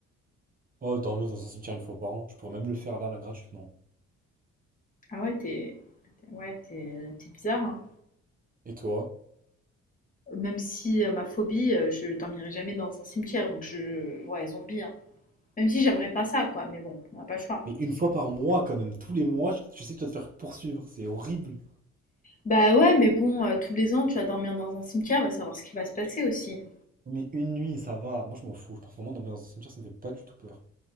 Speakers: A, on the right; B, on the left.
A: oh dormir dans un cimetière une fois par an je pourrais même le faire là là gratuitement
B: Ah ouais, t'es, t'es- ouais, t'es, t'es bizarre, hein.
A: et toi
B: Même si euh, ma phobie, euh, je dormirai jamais dans un cimetière, donc je, ouais, zombie, hein. Même si j'aimerais pas ça, quoi, mais bon, on n'a pas le choix.
A: mais une fois par mois quand même tous les mois je- tu sais que tu vas te faire poursuivre c'est horrible
B: Bah ouais, mais bon, euh, tous les ans, tu vas dormir dans un cimetière, va savoir ce qui va se passer aussi.
A: mais une nuit ça va moi je m'en fous je pense vraiment dormir dans un cimetière ça me fait pas du tout peur